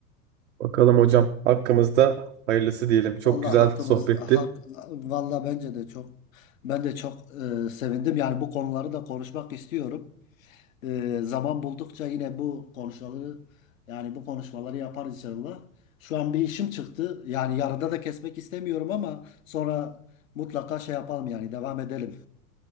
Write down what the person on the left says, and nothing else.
Allah
hakkımız
hak valla bence de çok ben de çok e, sevindim. Yani bu konuları da konuşmak istiyorum. E, zaman buldukça yine bu konuşmaları yani bu konuşmaları yaparız inşallah. Şu an bir işim çıktı. Yani yarıda da kesmek istemiyorum ama sonra mutlaka şey yapalım yani devam edelim.